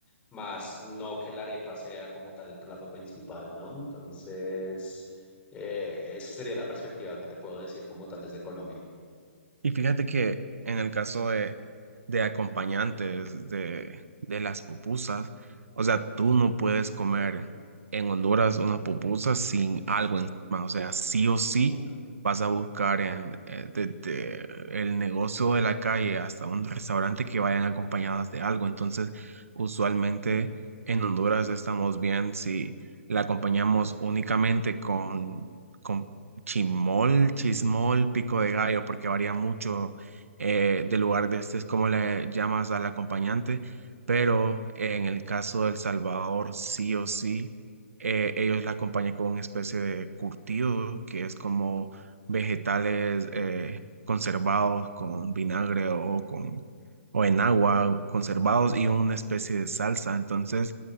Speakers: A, on the left (about 15°); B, on the right (about 80°).
A: más no que la arepa sea como tal el plato principal, ¿no? Entonces, eh, esa sería la perspectiva que te puedo decir como tal desde Colombia.
B: Y fíjate que en el caso de, de acompañantes de, de las pupusas, o sea, tú no puedes comer en Honduras una pupusa sin algo encima. O sea, sí o sí
A: Ujú.
B: vas a buscar en, eh, desde el negocio de la calle hasta un restaurante que vayan acompañadas de algo. Entonces, usualmente en Honduras estamos bien si la acompañamos únicamente con, con chimol, chismol, pico de gallo, porque varía mucho eh, del lugar de este, es como le llamas al acompañante, pero en el caso del Salvador, sí o sí, eh, ellos la acompañan con una especie de curtido, que es como vegetales eh, conservados con vinagre o con... o en agua conservados y una especie de salsa. Entonces,